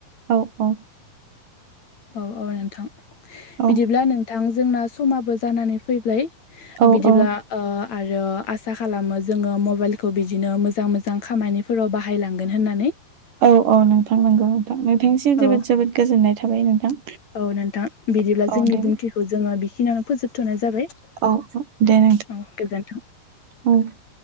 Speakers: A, on the right; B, on the left.
A: औ औ
B: औ औ नोंथां
A: औ
B: बिदिब्ला नोंथां जोंना समाबो जानानै फैबाय
A: औ
B: बिदिब्ला
A: औ
B: आरो आसा खालामो जोङो मबाइलखौ बिदिनो मोजां मोजां खामानि फोराव बाहायलांगोन होननानै
A: औ औ नोंथां नंगौ नोंथां नोंथांनिसिम
B: औ
A: जोबोद जोबोद गोजोननाय थाबाय नोंथां
B: औ नोंथां बिदिब्ला
A: औ
B: जोंनि
A: दे
B: बुंथिखौ जोङो बिखिनियावनो फोजोबथ'नाय जाबाय
A: औ औ दे न
B: औ गोजोनथों
A: औ